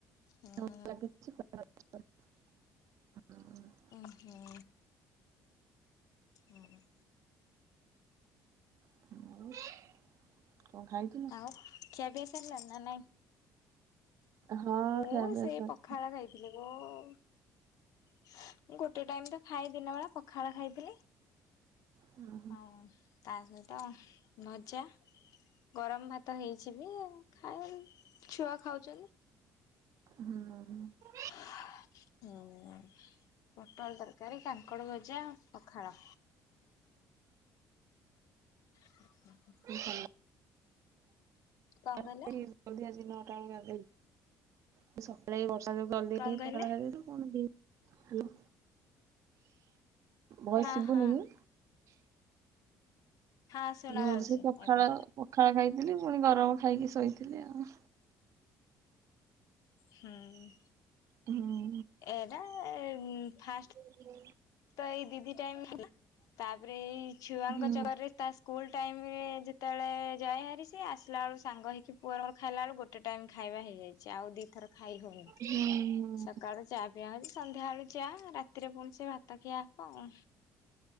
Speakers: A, on the left; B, on the right.
A: ହୁଁ।
B: <inaudible>
A: ଓହୋ। ହଁ, ହଁ।
B: ହଁ ଆଉ କଣ ଖାଇ
A: ଆଉ ଖିଆ ପିଆ ସରଲାଣି ନା ନାଇଁ?
B: ହଁ
A: ମୁଁ
B: ଖାଇବା ପିଇବା
A: ସେଇ
B: ସରି
A: ପଖାଳ ଖାଇ ଥିଲେ କ-ମୁଁ ଗୋଟେ ଟାଇମ୍ ତ ଖାଏ ଦିନବେଳା ପଖାଳ ଖାଇଥିଲି।
B: ହୁଁ
A: ଆଉ ତା ସହିତ ଭଜା। ଗରମ ଭାତ ହେଇଛି ବି ଖାଏ, ଛୁଆ ଖାଉଛନ୍ତି।
B: ହୁଁ।
A: ହଁ। ପୋଟଳ ତରକାରୀ, କାଙ୍କଡ଼ ଭଜା ପଖାଳ। ହଁ, ହଁ।
B: <inaudible>
A: କଣ
B: <inaudible>
A: କହିଲେ
B: ଜଲଧି ଆଜି ନଅଟା ମୁଁ ଗାଧେଇ ତ ସକାଳେ ଏ ବର୍ଷା ଯୋଗୁ ଜଲଦି
A: କଣ
B: ଉଠିକି
A: କହିଲେ
B: ପଖାଳ ଖାଇଦେଇଛୁ, ପୁଣି ଦି ହେଲୋ, ଭଏସ୍
A: ହଁ
B: ଶୁଭୁନିକି?
A: ହଁ ହଁ ଶୁଣା
B: କହିଲି ମୁଁ
A: ଯାଉଛି
B: ତ ସେ ପଖାଳ,
A: ଏବେ
B: ପଖାଳ ଖାଇଥିଲି, ପୁଣି ଗରମ ଖାଇକି ଶୋଇଥିଲି ଆଉ।
A: ହୁଁ।
B: ହୁଁ।
A: ଏଟା ଏ ଉଁ, ଫାଷ୍ଟ
B: <inaudible>
A: ତ ଏଇ ଦିଦି ଟାଇମ୍, ତାପରେ ଏଇ ଛୁଆଙ୍କ
B: ହୁଁ
A: ଚକରରେ ତାସ୍ ସ୍କୁଲ୍ ଟାଇମ୍ ରେ ଯେତେବେଳେ ଯାଏ ଭାରି ସିଏ ଆସିଲା ବେଳୁ ସାଙ୍ଗ ହେଇକି ପୁଅର ମୋର ଖାଇଲା ବେଳକୁ ଗୋ ଟେ ଟାଇମ୍ ଖାଇବା ହେଇଯାଇଛି, ଆଉ ଦିଥର ଖାଇ ହଉନି,
B: ହୁଁ
A: ସକାଳୁ ଚା ପିଆ ହଉଛି, ସନ୍ଧ୍ୟା ବେଳୁ ଚା ରାତିରେ ପୁଣି ସେ ଭାତ ଖିଆ ହବ ଆଉ।